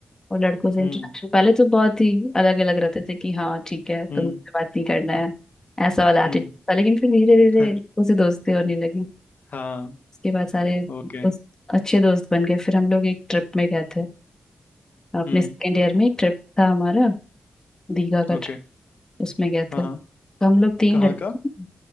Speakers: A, on the left (about 20°); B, on the left (about 65°).
A: और लड़कों से
B: हम्म
A: इंट्रोडक्शन पहले तो बहुत ही अलग अलग रहते थे कि हाँ ठीक है तो
B: हम्म
A: मुझसे बात नहीं करना है ऐसा वाला एटीट्यूड
B: हम्म
A: था लेकिन फिर धीरे
B: <laughs>
A: धीरे उसे दोस्ती होने लगी
B: हाँ
A: उसके बाद सारे
B: ओके
A: उस अच्छे दोस्त बन गए फिर हम लोग एक ट्रिप में गए थे अपने
B: हम्म
A: सेकेंड ईयर में एक ट्रिप था हमारा दीघा का
B: ओके
A: ट्रिप उसमें गए थे
B: हाँ हाँ
A: तो हम लोग तीन
B: कहाँ
A: लड़के
B: का
A: थे।